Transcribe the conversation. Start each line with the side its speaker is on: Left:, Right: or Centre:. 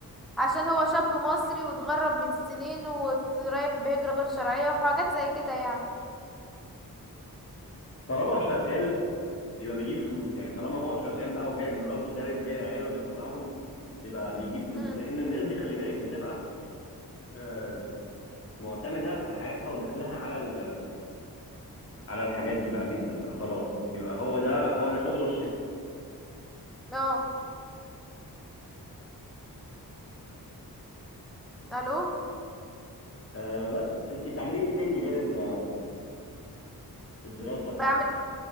Centre: عشان هو شاب مصري واتغرب من سنين ورايح بهجرة غير شرعية وحاجات زي كده يعني
Left: طالما شغال يبقى بيجيب فلوس يعني طالما هو شغال بقى وجايب مراته جايب جايب عياله بيطلعهم يبقى بيجيب فلوس
Centre: امم
Left: لان الناس دي خلي بالك بتبقى آه، معتمده في حياتها ودخلها على ال- على الحاجات دي بقى جدا بقى خلاص بيبقى هو ده هو ده شغله الشاغل
Centre: اه الو
Left: آه بس انت بتعملي ايه تاني غير ال- الدراسه
Centre: بعمل